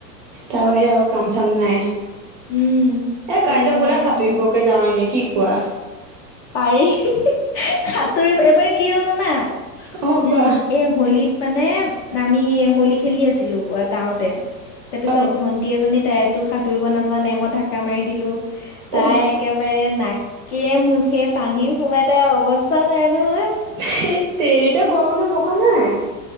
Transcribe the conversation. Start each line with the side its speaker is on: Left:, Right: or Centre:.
Right: তাৰ বাহিৰেও কাম চাম নাই এ
Left: উম, তাৰ
Right: কাইলৈ
Left: বাহিৰে
Right: বোলে
Left: কাম চাম
Right: সাঁতুৰিবকে
Left: নাই।
Right: যাওঁ হয় নে কি খোৱাৰ
Left: পাৰি হি হি সাঁতুৰিব এইবাৰ কি হ'ল জানা
Right: অ',
Left: উম
Right: কোৱা
Left: এই হোলিত মানে নামি হোলী খেলি আছিলো গাওঁতে তাৰপিছত
Right: অ'।
Left: ভন্টি এজনীত তাইতো সাঁতুৰিব নাজানে মইঢাক্কা মাৰি দিলো তাই
Right: অহ,
Left: একেবাৰে নাকে মুখ সেই পানী সোমাইতাই অৱস্থা নাই নহয়।
Right: সেই তেৰতে গ মানে ব হয়োৱা নাই